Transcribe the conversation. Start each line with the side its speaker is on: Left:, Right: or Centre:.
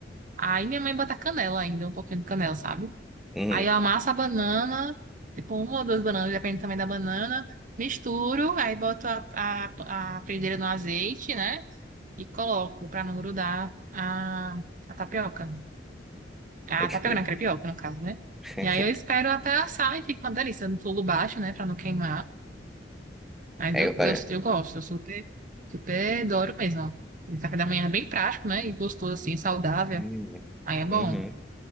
Right: Aí minha mãe bota canela ainda, um pouquinho de canela, sabe?
Centre: uhum.
Right: Aí eu amasso a banana, tipo uma ou duas bananas, depende também da banana. Misturo, aí boto a, a, a frigideira no azeite, né? E coloco pra não grudar a, a tapioca. A
Centre: Pode
Right: tapioca
Centre: crer.
Right: não, a crepioca, no caso, né?
Centre: <laughs>
Right: E aí eu espero até assar e fica uma delícia no fogo baixo, né? Pra não queimar. Mas
Centre: É,
Right: eu,
Centre: eu parei.
Right: eu, eu gosto, eu super, super adoro mesmo. ó. E café da manhã é bem prático, né? E gostoso, assim, saudável.
Centre: Hum,
Right: Aí é bom.
Centre: uhum.